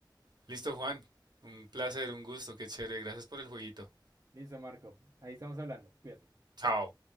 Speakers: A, on the right; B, on the right.
A: Listo, Juan. Un placer, un gusto, qué chévere. Gracias por el jueguito.
B: Listo, Marco. Ahí estamos hablando. Cuídate.
A: Chao.
B: Chao.